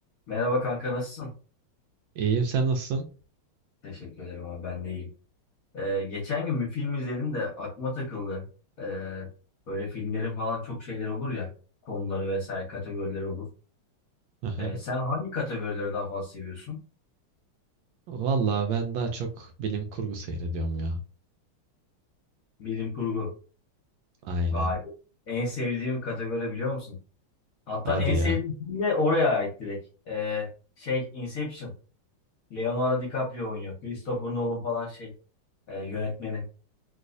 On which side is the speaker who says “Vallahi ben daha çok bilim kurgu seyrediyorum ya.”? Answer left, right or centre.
Right